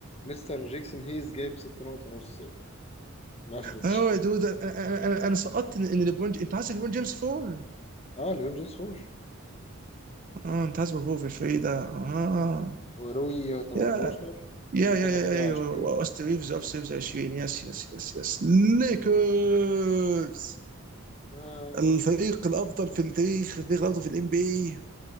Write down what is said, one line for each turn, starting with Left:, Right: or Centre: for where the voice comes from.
Left: مستر جيكسون هيز جاب 6 نقط ونص مافريج
Right: اه يا دود انا انا انا أنا سقطت ان إن ليبرون انت حاسس ليبرون جيمس فول
Left: <laughs> اه ليبرون جيمس 4
Right: اه انت حاسس فول في الفريق ده اه
Left: وروي 13
Right: يا يا
Left: لوكا
Right: يا
Left: 28
Right: يا يا واست ريفز اوف سيفز 20 يس يس يس يس ليكرز
Left: آه
Right: الفريق الافضل في التاريخ الفريق الافضل في الام بي اي